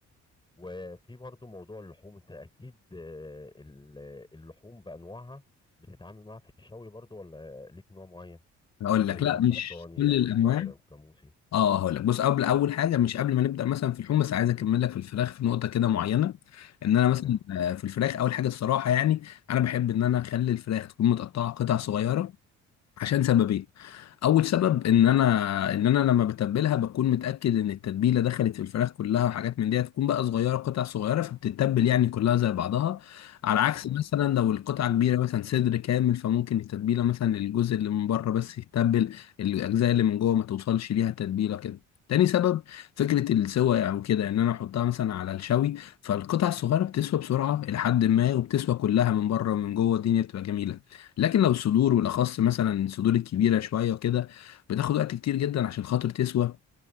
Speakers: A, on the left; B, on the left.
A: وفي برضو موضوع اللحوم انت اكيد آه، ال- اللحوم بانواعها بتتعامل معاها في الشوي برضو ولا ليك نوع معين
B: هقول لك
A: زي
B: لا
A: مثلا
B: مش
A: الضاني
B: كل
A: او
B: الانواع
A: البقري والجاموسي
B: اه هقول لك بص قبل اول حاجه مش قبل ما نبدا مثلا في اللحوم بس عايز اكمل لك في الفراخ في نقطه كده معينه ان انا
A: تمام
B: مثلا آه، في الفراخ اول حاجه الصراحه يعني انا بحب ان انا اخلي الفراخ تكون متقطعه قطع صغيره عشان سببين اول سبب ان انا ان انا لما بتبلها بكون متاكد ان التتبيله دخلت في الفراخ كلها وحاجات من دي تكون بقى صغيره قطع صغيره فبتتبل يعني كلها زي بعضها على عكس
A: تمام
B: مثلا لو القطعه كبيره مثلا صدر كامل فممكن التتبيله مثلا الجزء اللي من بره بس يتبل الاجزاء اللي من جوه ما توصلش ليها تتبيله كده تاني سبب فكرة السوى يعني وكده ان انا احطها مثلا على الشوي فالقطع الصغيرة بتسوى بسرعة الى حد ما وبتسوى كلها من بره ومن جوه الدنيا بتبقى جميلة لكن لو الصدور بالاخص مثلا الصدور الكبيره شويه وكده بتاخد وقت كتير جدا عشان خاطر تسوى